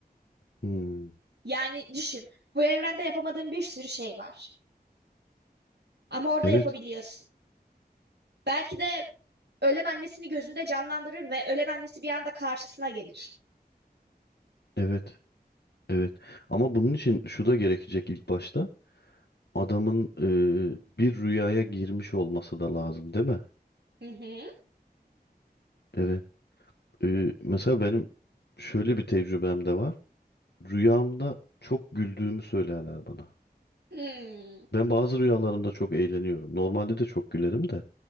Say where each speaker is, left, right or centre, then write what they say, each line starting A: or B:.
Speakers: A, on the left; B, on the right.
A: Hmm,
B: Yani düşün, bu evrende yapamadığın bir sürü şey var. Ama orada
A: evet,
B: yapabiliyorsun. Belki de ölen annesini gözünde canlandırır ve ölen annesi bir anda karşısına gelir.
A: evet, evet. Ama bunun için şu da gerekecek ilk başta. Adamın e, bir rüyaya girmiş olması da lazım, değil mi?
B: Hı hı.
A: Evet. E, mesela benim şöyle bir tecrübem de var. Rüyamda çok güldüğümü söylerler bana.
B: Hmm.
A: Ben bazı rüyalarımda çok eğleniyorum. Normalde de çok gülerim de.